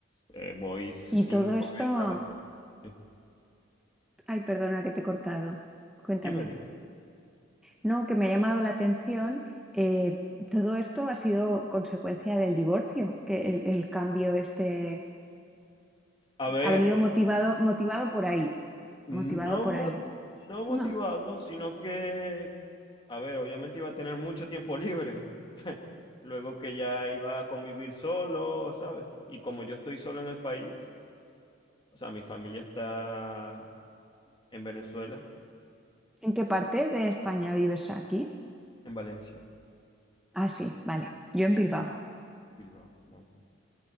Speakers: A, on the left (about 25°); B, in the centre.
A: Eh, voy cinco
B: Y todo esto,
A: veces a la semana. Sí.
B: ay, perdona que te he cortado. Cuéntame.
A: Dime, dime.
B: No, que me ha llamado la atención. eh, todo esto ha sido consecuencia del divorcio, que el, el cambio este
A: A ver,
B: ha venido motivado, motivado por ahí,
A: No,
B: motivado por
A: mo-
B: ahí.
A: no motivado,
B: No.
A: sino que, a ver, obviamente iba a tener mucho tiempo libre. <laughs> Luego que ya iba a convivir solo, ¿sabes? Y como yo estoy solo en el país, o sea, mi familia está en Venezuela,
B: ¿En qué parte de España vives aquí?
A: en Valencia,
B: Ah, sí, vale. Yo en Bilbao.
A: Bilbao, vale.